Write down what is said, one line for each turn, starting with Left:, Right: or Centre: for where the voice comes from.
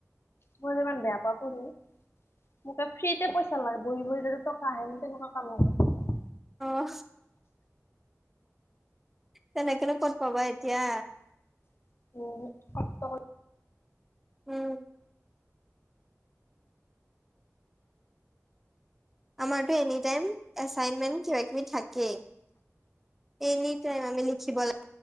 Left: মই যিমান বেয়া পাওঁ পঢ়ি মোকে ফ্ৰীতে পইচা লাগে বহি বহি যাতে টকা আহে মোক তেনেকুৱা কাম লাগে
Centre: অ তেনেকে নো কত পাবা এতিয়া
Left: <inaudible>
Centre: উম! আমাৰতো এনিটাইম এছাইনমেণ্ট কিবা কিবি থাকেই, এনি টাইম আমি লিখি ব